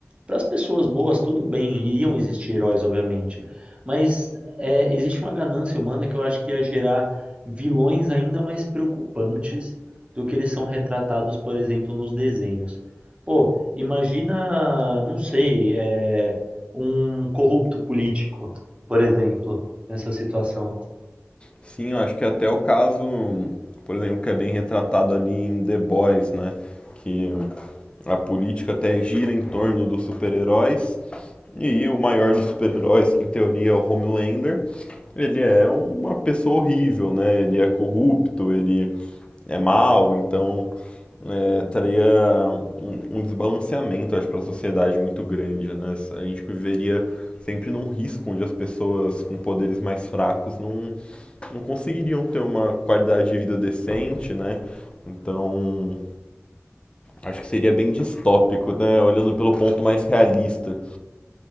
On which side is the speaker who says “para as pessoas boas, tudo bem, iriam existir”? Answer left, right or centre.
Right